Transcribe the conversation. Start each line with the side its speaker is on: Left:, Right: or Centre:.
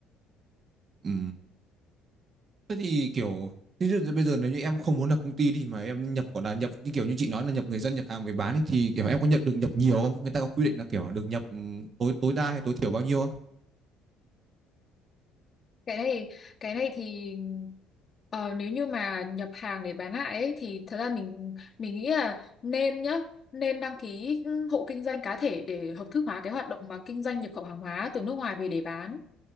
Right: ừ Thế thì kiểu thế thì bây giờ nếu như em không muốn lập công ty đi mà em nhập gọi là nhập như kiểu như chị nói là nhập người dân nhập hàng về bán ấy, thì kiểu em có nhận được nhập nhiều không? Người ta có quy định là kiểu được nhập ừm, tối tối đa hay tối thiểu bao nhiêu không?
Left: Cái này cái này thì ờ, nếu như mà nhập hàng để bán lại ấy, thì thật ra mình mình nghĩ là nên nhá, nên đăng ký ừ, hộ kinh doanh cá thể để hợp thức hóa cái hoạt động mà kinh doanh nhập khẩu hàng hóa từ nước ngoài về để bán,